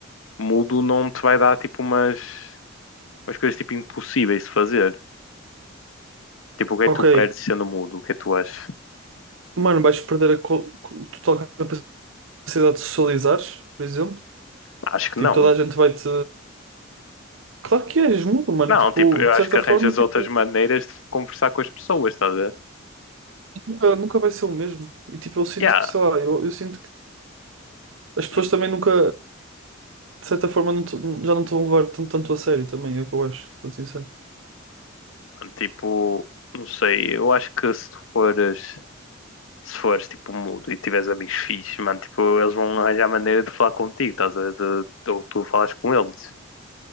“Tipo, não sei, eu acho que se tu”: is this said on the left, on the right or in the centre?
Left